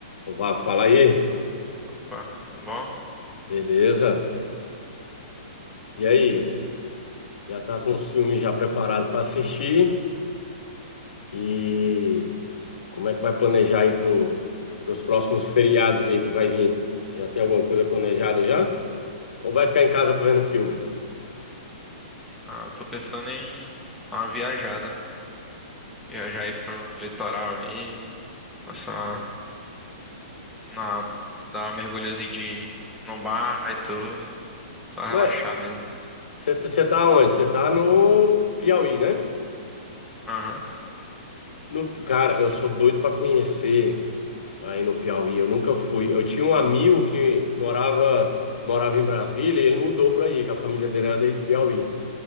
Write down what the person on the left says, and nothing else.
Opa, fala aí.
Beleza? E aí? Já tá com os filmes já preparados para assistir? E como é que vai planejar aí pro, pros próximos feriados aí que vai vir? Já tem alguma coisa planejada já? Ou vai ficar em casa vendo filme?
Mas
você tá você tá onde? Você tá no Piauí, né?
No, cara, eu sou doido para conhecer aí no Piauí. Eu nunca fui. Eu tinha um amigo que morava morava em Brasília e ele mudou para aí, que a família dele era daí de Piauí.